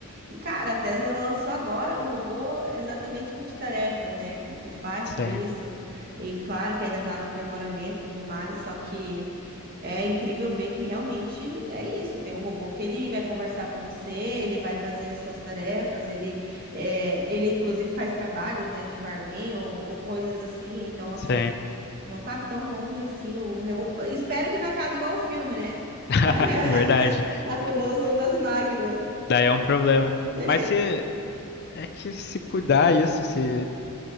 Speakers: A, on the right; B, on the left.
A: E, cara, a Tesla lançou agora um robô exatamente multitarefas, né? Que, que faz
B: Sim,
A: tudo isso. E claro que ainda está no aprimoramento e tudo mais. Só que é incrível ver que realmente é isso. Tem um robô que ele vai conversar com você, ele vai fazer as suas tarefas, ele, é, ele inclusive faz trabalhos, né, de barman ou, ou coisas assim. Então, assim,
B: sim.
A: não tá tão longe assim. O... reu- Espero que não acabe igual o filme, né?
B: <laughs>
A: <laughs>
B: Verdade.
A: A Revolução das Máquinas.
B: Daí é um problema.
A: É,
B: Mas se é que se cuidar isso, se